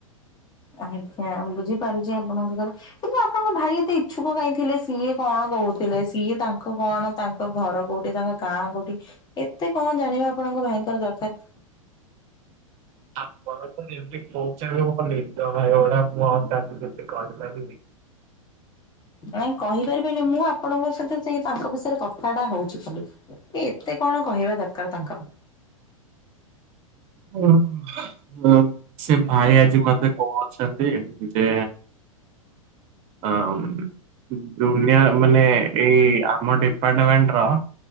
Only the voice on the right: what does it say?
ଆପଣ‌ ତ ଯେମିତି କହୁଛନ୍ତି ମୋ ନିଜ ଭାଇ ‌ଭଳିଆ ମୁଁ ଆଉ ତାଙ୍କୁ କିଛି କହିପାରିବି?
ଓ-ଅ-ଅ ଓ ସେ ଭାଇ ଆଜି ମତେ କହୁଛନ୍ତି <inaudible> ଯେ ଆଁ <unintelligible> ନ୍ୟାୟ ମାନେ ଏଇ ଆମ ଡିପାର୍ଟମେଣ୍ଟର-ଅ